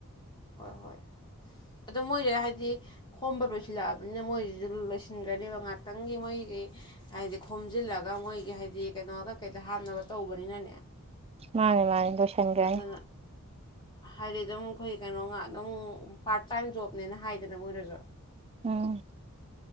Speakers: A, on the left; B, on the right.
A: ꯍꯣꯏ ꯍꯣꯏ ꯑꯗꯣ ꯃꯣꯏꯁꯦ ꯍꯥꯏꯗꯤ ꯈꯣꯝꯕ ꯂꯣꯏꯁꯤꯜꯂꯛꯑꯕꯅꯤꯅ ꯃꯣꯏꯖꯤꯁꯨ ꯂꯣꯏꯁꯤꯟꯒ꯭ꯔꯅꯦꯕ ꯉꯥꯛꯇꯪꯒꯤ ꯃꯣꯏꯒꯤ ꯍꯥꯏꯗꯤ ꯈꯣꯝꯖꯤꯜꯂꯒ ꯃꯣꯏꯒꯤ ꯍꯥꯏꯗꯤ ꯀꯩꯅꯣꯒꯀꯩꯗ ꯍꯥꯞꯅꯕ ꯇꯧꯕꯅꯤꯅꯅꯦ
B: ꯃꯥꯅꯦ ꯃꯥꯅꯦ ꯂꯣꯏꯁꯟꯒ꯭ꯔꯅꯤ
A: ꯑꯗꯨꯅ ꯍꯥꯏꯗꯤ ꯑꯗꯨ ꯑꯩꯈꯣꯏ ꯀꯩꯅꯣ ꯉꯥ ꯑꯗꯨꯝ ꯄꯥꯔꯠ ꯇꯥꯏꯝ ꯖꯣꯕꯅꯦꯅ ꯍꯥꯏꯗꯅ ꯃꯣꯏꯅꯁꯨ
B: ꯑꯝ